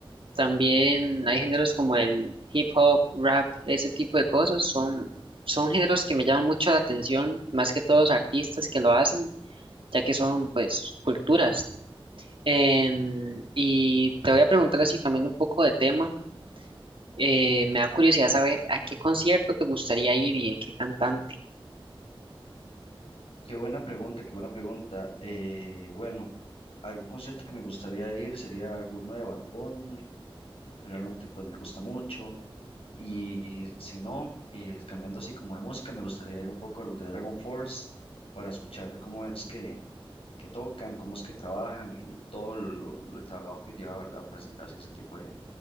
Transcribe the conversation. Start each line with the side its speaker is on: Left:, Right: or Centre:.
Right: También hay géneros como el hip hop, rap, ese tipo de cosas. Son, son géneros que me llaman mucho la atención, más que todos los artistas que lo hacen, ya que son pues culturas. Em, y te voy a preguntar así cambiando un poco de tema. eh, me da curiosidad saber a qué concierto te gustaría ir y de qué cantante.
Left: Qué buena pregunta, qué buena pregunta. Eh, bueno, algún concierto que me gustaría ir sería alguno de Bad Bunny. Realmente pues me gusta mucho. Y, si no, eh, cambiando así como de música, me gustaría ir un poco a los de Dragon Force para escuchar cómo es que, que tocan, cómo es que trabajan y todo lo- el trabajo que lleva, ¿verdad? Presentarse en ese tipo de,